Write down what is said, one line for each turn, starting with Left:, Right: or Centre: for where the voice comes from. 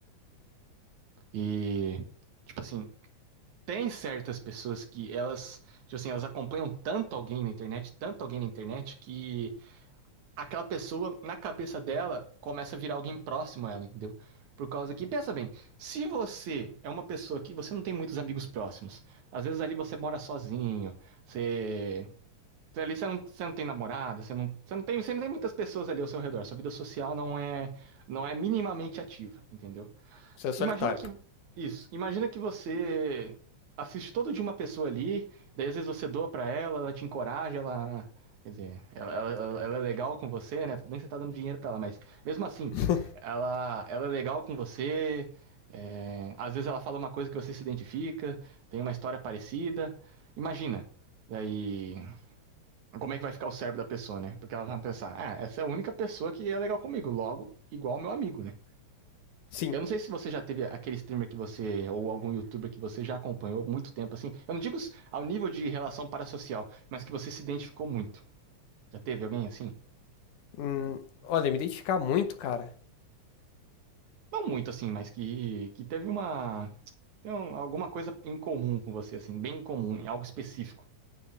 Right: E. Tipo assim, tem certas pessoas que elas. Tipo assim, elas acompanham tanto alguém na internet, tanto alguém na internet, que aquela pessoa, na cabeça dela, começa a virar alguém próximo a ela, entendeu? Por causa que, pensa bem, se você é uma pessoa que você não tem muitos amigos próximos, às vezes ali você mora sozinho, você. você Ali você não, você não tem namorada, você não, você, não tem, você não tem muitas pessoas ali ao seu redor, sua vida social não é, não é minimamente ativa, entendeu?
Left: Você é solitário.
Right: Imagina que. Isso. Imagina que você assiste todo de uma pessoa ali, daí às vezes você doa pra ela, ela te encoraja, ela. Quer dizer, ela, ela- ela ela é legal com você, né? Tudo bem que você tá dando dinheiro pra ela, mas mesmo assim,
Left: <laughs>
Right: ela, ela é legal com você. é, às vezes ela fala uma coisa que você se identifica, tem uma história parecida. Imagina. Daí, como é que vai ficar o cérebro da pessoa, né? Porque ela vai pensar, ah, essa é a única pessoa que é legal comigo, logo, igual ao meu amigo, né?
Left: Sim.
Right: Eu não sei se você já teve aquele streamer que você, ou algum youtuber que você já acompanhou muito tempo, assim. Eu não digo ao nível de relação parasocial, mas que você se identificou muito. Já teve alguém assim?
Left: Hum, olha, me identificar muito, cara.
Right: Não muito assim, mas que, que teve uma. Tem um- alguma coisa em comum com você, assim, bem em comum, em algo específico.